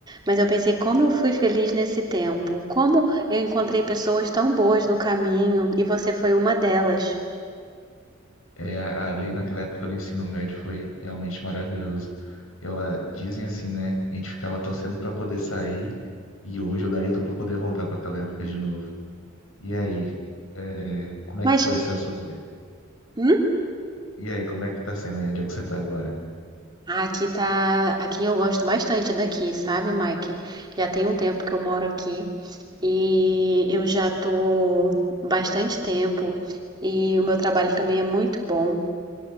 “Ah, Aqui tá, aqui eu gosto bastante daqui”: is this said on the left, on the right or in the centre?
Right